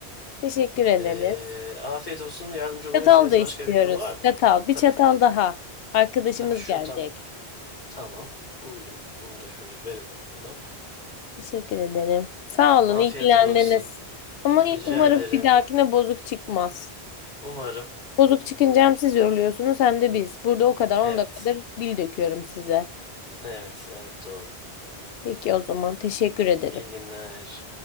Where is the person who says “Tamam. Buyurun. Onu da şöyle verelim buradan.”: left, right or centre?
Left